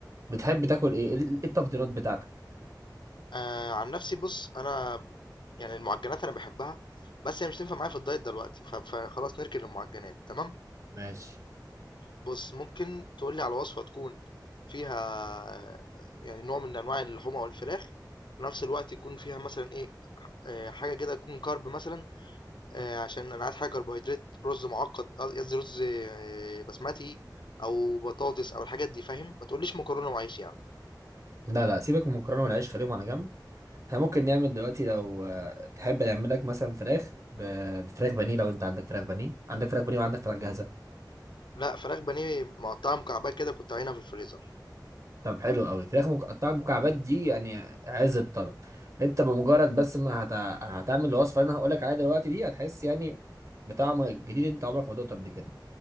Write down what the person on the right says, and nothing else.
بتحب تاكل ايه ايه التفضيلات بتاعتك
ماشي
لا لا سيبك من المكرونة والعيش خليهم على جنب احنا ممكن نعمل دلوقتي لو آه، تحب نعمل لك مثلا فراخ ب- بفراخ بانيه لو انت عندك فراخ بانيه عندك فراخ بانيه وعندك فراخ جاهزه
طب حلو قوي فراخ مقطعه مكعبات دي يعني عز الطلب انت بمجرد بس ما هت... هتعمل الوصفه اللي انا هقول لك عليها دلوقتي دي هتحس يعني بطعم جديد انت عمرك ما دقته قبل كده